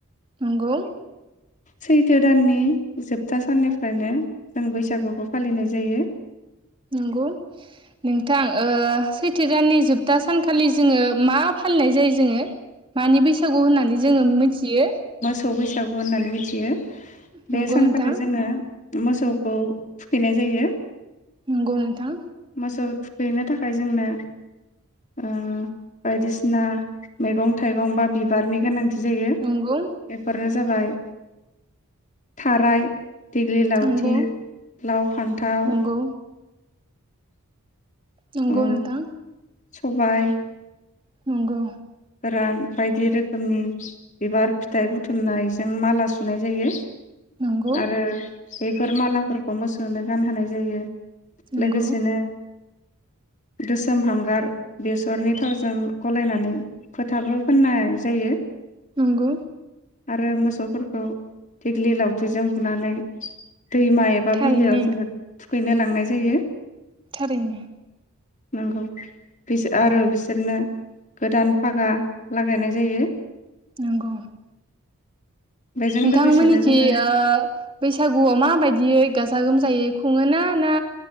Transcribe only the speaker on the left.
सैथो दाननि जोबथा साननिफ्रायनो जों बैसागुखौ फालिनाय जायो
खौ बैसागु होननानै मिथियो।
बे सानखालि
जोङो मोसौखौ थुखैनाय जायो।
मोसौ थुखैनो थाखाय जोंनो ओ बायदिसिना मैगं था थाइगं बा बिबारनि गोनांथि जायो
बेफोरनो जाबाय थाराय दिेग्लि लावथि
लाव फान्थाव
उम
सबाय
गोरान बायदि रोखोमनि बिबार फिथाइ बुथुमनायजों माला सुनाय जायो
आरो बेफोर मालाफोरखौ मोसौनो गानहोनाय जायो
लोगोसेनो गोसोम हांगार बेसरनि थावजों गलायनानै फोथाबो फोननाय जायो
आरो मोसौफोरखौ देग्लि लावथिजों बुनानै दैमा एबा
बिलोआव जोङो थुखैनो लांनाय जायो।
नोंगौ। बिस आरो बिसोरनो गोदान फागा लागायनाय जायो।
बेजों
लोगोसेनो जोङो